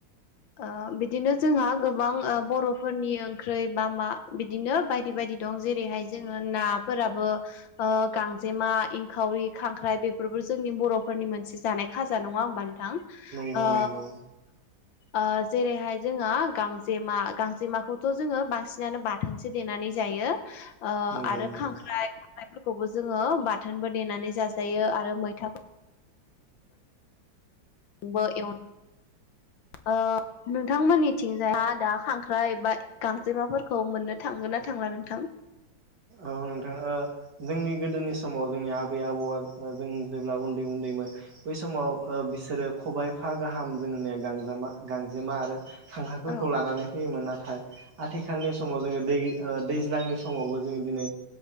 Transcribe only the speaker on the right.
नंगौ
नंगौ।
नंगौ
नंगौ
औ नोंथां जोंनि गोदोनि समाव जोंनि आबै आबौआ जों जेब्ला उन्दै उन्दै। उन्दैमोन बै समाव बिसोरो खबायफा गाहाम जोंनिया गांजामा गांजेमा आरो। खांख्राफोरखौ
लानानै फैयोमोन नाथाय। आथिखालनि समाव जोङो दै दैज्लांनि समावबो जोङो दिनै।